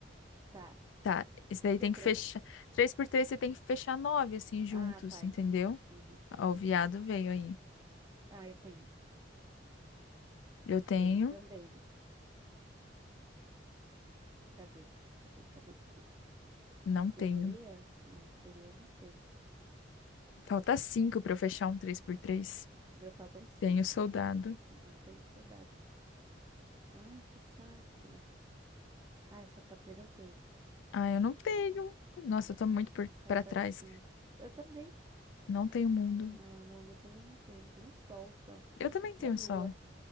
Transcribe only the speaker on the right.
tá.
O que
que é três?
Ah, tá,
entendi, entendi, entendi.
Ah, eu tenho.
Tenho também. Cadê? Cadê, cadê, cadê?
Sereia?
Não, sereia eu não tenho.
O Meu faltam seis.
Não tenho soldado. Ai, que saco. Ai, sapateiro eu tenho.
Falta
cinco. Eu também.
Não, onda eu também não tenho. Tem o sol só.
E
a lua.